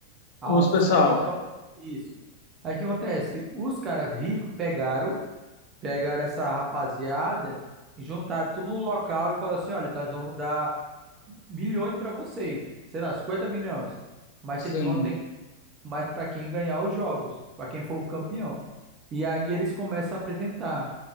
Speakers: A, on the right; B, on the left.
A: Ah,
B: Os
A: sociedade.
B: pessoal,
A: Então, isso. Aí o que acontece? Os caras ricos pegaram, pegaram essa rapaziada e juntaram tudo num local e falaram assim: olha, nós vamos dar. milhões para vocês, sei lá, 50 milhões. Mas
B: sim.
A: vocês vão ter mais para quem ganhar os jogos, para quem for o campeão. E aí eles começam a apresentar.